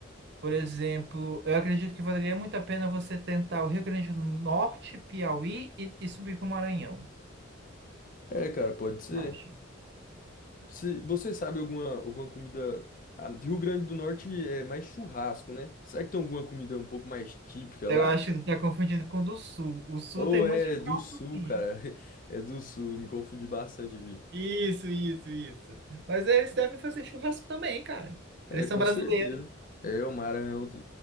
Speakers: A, on the right (about 55°); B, on the left (about 40°).
A: Por exemplo, eu acredito que valeria muito a pena você tentar o Rio Grande do Norte, Piauí e, e subir para o Maranhão.
B: É, cara, pode ser.
A: Acho.
B: Se você sabe alguma, alguma comida. Ah, de Rio Grande do Norte é mais churrasco, né? Será que tem alguma comida um pouco mais típica
A: Eu
B: lá?
A: acho que tu tá confundindo com o do Sul. O Sul
B: Ou
A: tem muito
B: é
A: churrasco,
B: do sul,
A: sim.
B: cara? <laughs> É do sul, me confundi bastante aqui.
A: Isso, isso, isso. Mas eles devem fazer churrasco também, cara.
B: É,
A: Eles são
B: com
A: brasileiros.
B: certeza. É, o Maranhão. t-